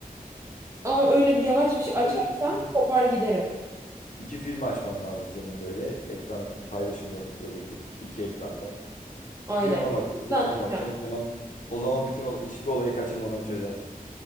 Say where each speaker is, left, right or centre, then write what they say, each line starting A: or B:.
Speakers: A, on the right; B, on the left.
A: Ama öyle bir yavaş bir şey açarsan
B: Böyle iki,
A: kopar giderim.
B: iki film açman lazım senin böyle ekran paylaşımı yapıp böyle iki, iki ekranda.
A: Aynen.
B: Bir ona bak, bir
A: Hızlandıracağım.
B: ona bakacaksın. O zaman o zaman bütün ol- hiçbir olayı kaçırmadan çözersin.